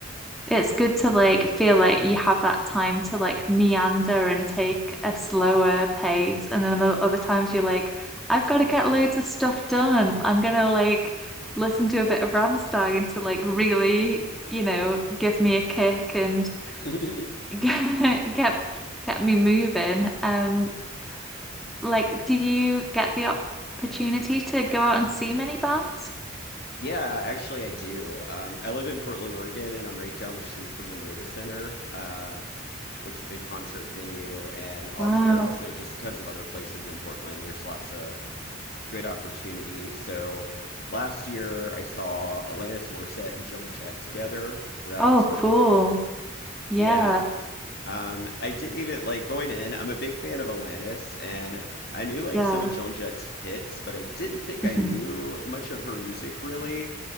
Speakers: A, in the centre; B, on the left (about 50°).
A: it's good to like feel like you have that time to like meander and take a slower pace. And then other times you're like, I've got to get loads of stuff done. I'm gonna like listen to a bit of Rammstein to like really, you know, give me a kick and
B: <laughs>
A: <laughs> get get, get me moving. Um, like, do you get the opportunity to go out and see many bands?
B: Yeah, actually, I do. Um, I live in Portland, Oregon, and I'm right down the street from the Moda Center, uh, which is a big concert venue. And al-
A: Wow.
B: there are also just tons of other places in Portland. There's lots of good opportunity. So last year, I saw Alanis Morissette and Joan Jett together. That
A: Oh,
B: was phenomenal.
A: cool. Yeah.
B: Yeah. Um, I didn't even like going in. I'm a big fan of Alanis, and I knew like
A: Yeah.
B: some of Joan Jett's hits, but I didn't think
A: Mhm.
B: I knew much of her music really.